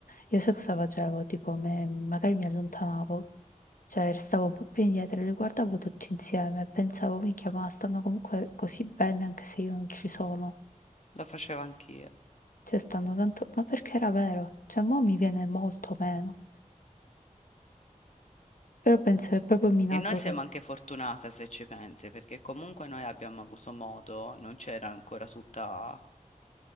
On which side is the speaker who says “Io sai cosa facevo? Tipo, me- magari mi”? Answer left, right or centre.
Left